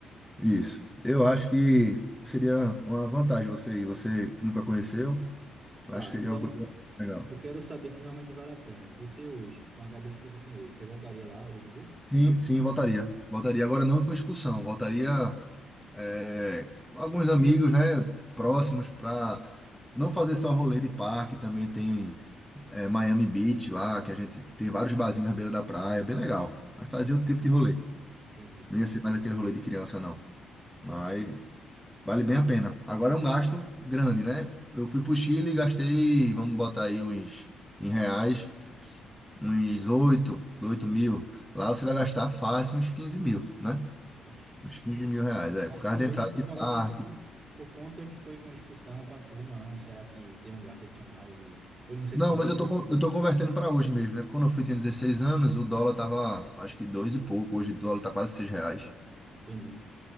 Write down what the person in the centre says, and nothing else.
Isso. Eu acho que seria uma vantagem você ir. Você que nunca conheceu, eu
acho que
seria uma coisa legal.
Sim, sim, voltaria. Voltaria agora não com expulsão, voltaria é, alguns amigos, né, próximos para não fazer só rolê de parque, também tem é, Miami Beach lá, que a gente tem vários barzinhos na beira da praia, bem legal. Mas fazer
outro tipo de rolê.
Não ia ser mais aquele rolê de criança, não.
Mas vale bem a pena. Agora é um gasto grande, né? Eu fui pro Chile e gastei, vamos botar aí uns em reais, uns oito oito mil. Lá você vai gastar fácil uns 15 mil, né?
Uns 15 mil reais, é,
por causa
da entrada
de
parque.
Não,
mas eu tô, con- eu tô convertendo para hoje mesmo, né? Porque quando eu fui, tinha 16 anos, o dólar tava, acho que dois e pouco. Hoje o dólar tá quase seis reais,